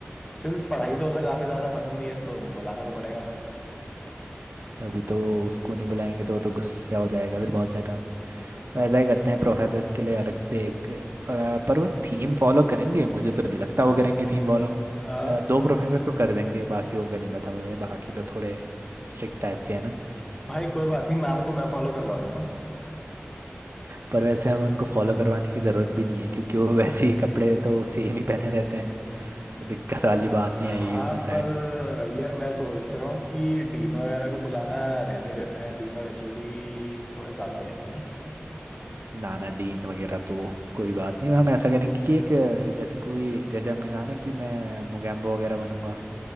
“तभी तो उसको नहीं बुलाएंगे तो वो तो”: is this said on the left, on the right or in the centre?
Right